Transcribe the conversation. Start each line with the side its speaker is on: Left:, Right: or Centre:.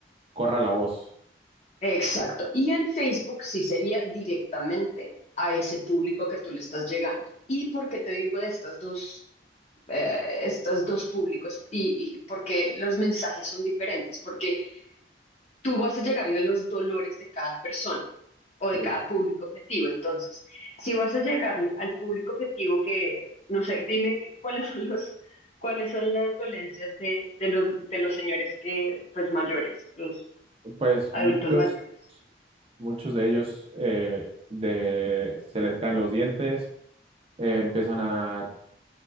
Right: corra la voz.
Left: Exacto. Y en Facebook sí sería directamente a ese público que tú le estás llegando. ¿Y por qué te digo de estas dos, eh, estas dos públicos? Y, y porque los mensajes son diferentes, porque tú vas a llegarle a los dolores de cada persona o de
Right: sí,
Left: cada público objetivo. Entonces, si vas a llegarle al público objetivo que, no sé, dime qué- cuáles son los, cuáles son las dolencias de, de los, de los señores que, pues mayores, los
Right: Pues
Left: adultos
Right: muchos,
Left: mayores.
Right: muchos de ellos eh, de, se les caen los dientes, eh, empiezan a,